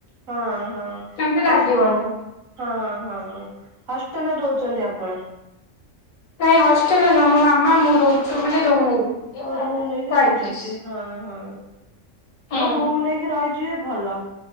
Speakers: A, on the right (about 90°); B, on the left (about 90°).
A: ହଁ ହଁ
B: ସେମିତି ଲାଗିବନି।
A: ହର୍ଷ୍ଟ୍ ହଁ ହଁ ହଁ। ହଷ୍ଟେଲରେ ରହୁଛନ୍ତି ଆପଣ?
B: ନାଇଁ ହଷ୍ଟେଲ ନୁହଁ ମୋ ମାମା ମୁଁ ରହୁଛୁ ମାନେ ରୁମ ନେଇକି।
A: ଆଉ ରୁମ୍ ନେଇକି
B: ପଇଁତିରିଶ
A: ରହୁଛନ୍ତି ହଁ ହଁ।
B: ହୁଁ।
A: ହଁ ରୁମ୍ ନେଇକି ରହିଯିବେ ଭଲ,